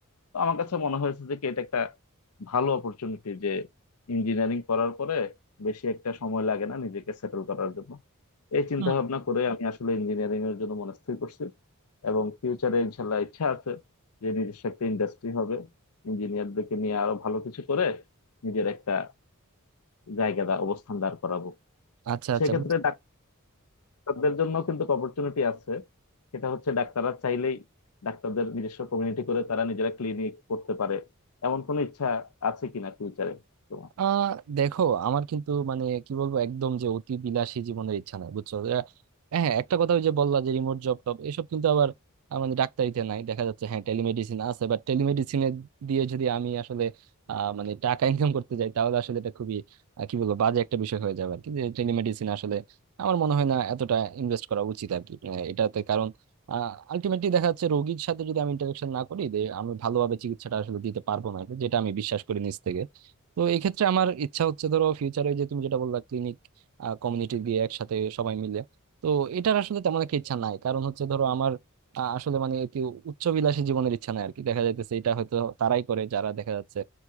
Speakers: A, on the left; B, on the right.
A: তো আমার কাছে মনে হয়েছে যে কি এটা একটা ভালো অপরচুনিটি যে ইঞ্জিনিয়ারিং করার পরে বেশি একটা সময় লাগে না নিজেকে সেটেল করার জন্য এই চিন্তা
B: হুম।
A: ভাবনা করে আমি আসলে ইঞ্জিনিয়ারিং এর জন্য মনস্থির করছি এবং ফিউচারে ইনশাল্লাহ ইচ্ছা আছে যে নিজস্ব একটা ইন্ডাস্ট্রি হবে ইঞ্জিনিয়ারদেরকে নিয়ে আরো ভালো কিছু করে নিজের একটা জায়গা দা অবস্থান দাঁড় করাবো
B: আচ্ছা আচ্ছা
A: সেক্ষেত্রে ডাক্তারদের জন্য কিন্তু অপরচুনিটি আছে সেটা হচ্ছে ডাক্তাররা চাইলেই ডাক্তারদের নিজস্ব কমিউনিটি করে তারা নিজেরা ক্লিনিক করতে পারে এমন কোনো ইচ্ছা আছে কিনা ফিউচারে তোমার
B: আহ দেখো আমার কিন্তু মানে কি বলবো একদম যে অতি বিলাসী জীবনের ইচ্ছা নাই বুঝছো আহ, হ্যাঁ একটা কথা ওই যে বললা যে রিমোট জব টব এসব কিন্তু আবার আহ, মানে ডাক্তারিতে নাই দেখা যাচ্ছে হ্যাঁ টেলিমেডিসিন আছে বাট টেলিমেডিসিনে দিয়ে যদি আমি আসলে আহ মানে টাকা ইনকাম করতে যাই তাহলে আসলে এটা খুবই আহ, কি বলবো বাজে একটা বিষয় হয়ে যাবে আর কি যে টেলিমেডিসিন আসলে আমার মনে হয় না এতটা ইনভেস্ট করা উচিত আর কি আহ, এটাতে কারণ আলটিমেটলি দেখা যাচ্ছে রোগীর সাথে যদি আমি ইন্টারাকশন না করি যে আমি ভালোভাবে চিকিৎসাটা আসলে দিতে পারবো না এটা যেটা আমি বিশ্বাস করি নিজ থেকে তো এক্ষেত্রে আমার ইচ্ছা হচ্ছে ধরো ফিউচারে যে তুমি যেটা বললা ক্লিনিক কমিউনিটি দিয়ে একসাথে সবাই মিলে তো এটার আসলে তেমন একটা ইচ্ছা নাই কারণ হচ্ছে ধরো আমার আহ, আসলে মানে একটি উচ্চবিলাসী জীবনের ইচ্ছা নাই আর কি দেখা যাইতেছে এটা হয়তো তারাই করে যারা দেখা যাচ্ছে